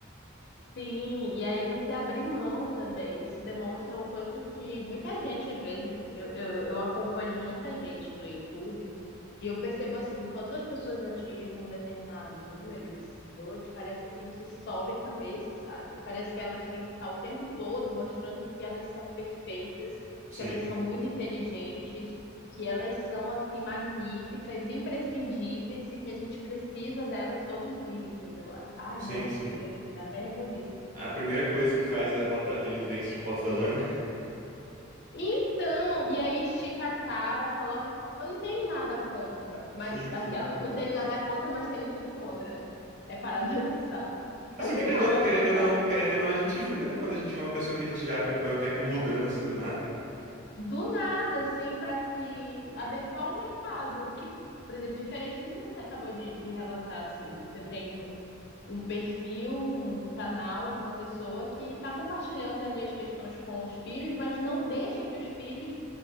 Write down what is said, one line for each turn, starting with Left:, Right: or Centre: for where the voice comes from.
Left: sim, e aí você abrir mão também. Isso demonstra o quanto que muita gente, às vezes, eu, eu, eu acompanho muita gente no YouTube. E eu percebo assim, quando as pessoas atingem um determinado número de seguidores, parece assim que sobe a cabeça, sabe? Parece que elas têm que estar o tempo todo mostrando que elas são perfeitas,
Right: Sim,
Left: que elas são muito inteligentes, que elas são assim magníficas, imprescindíveis e que a gente precisa delas todo dia, entendeu? Ai,
Right: sim,
Left: nossa,
Right: sim.
Left: chega aqui, me dá até reboliço.
Right: A primeira coisa que faz é botar aqueles dentes de porcelana.
Left: Então, e aí estica a cara, coloca. Eu não tenho nada contra,
Right: <laughs>
Left: mas
Right: Sim,
Left: aquela,
Right: sim.
Left: não tenho nada contra, mas tenho tudo contra, né? É paradoxal.
Right: Assim,
Left: Eu
Right: querendo,
Left: tenho nada
Right: querendo
Left: contra
Right: ou não,
Left: as-
Right: querendo ou não, a gente julga, né? Quando a gente vê uma pessoa que a gente já acompanha o tempo mudando assim do nada.
Left: do nada, assim, para se adequar ao mercado. Que, por exemplo, diferente do que você acabou de, de relatar, assim, você tem um perfil, um canal de uma pessoa que está compartilhando ali as questões com os filhos, mas não deixa que os filhos